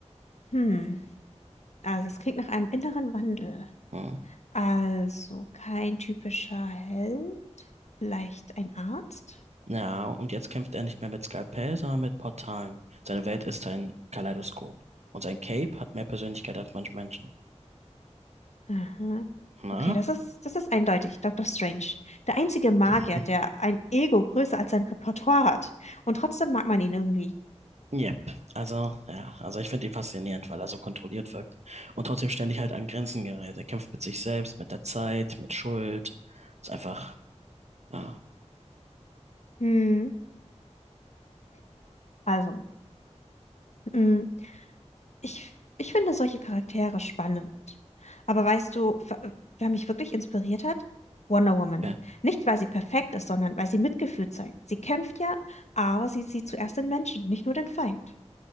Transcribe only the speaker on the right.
Hm.
Ja, und jetzt kämpft er nicht mehr mit Skalpell, sondern mit Portalen. Seine Welt ist ein Kaleidoskop. Und sein Cape hat mehr Persönlichkeit als manche Menschen.
Na?
<laughs>
Yep. Also, ja, also ich finde ihn faszinierend, weil er so kontrolliert wirkt. Und trotzdem ständig halt an Grenzen gerät. Er kämpft mit sich selbst, mit der Zeit, mit Schuld. Ist einfach, ja,
wer-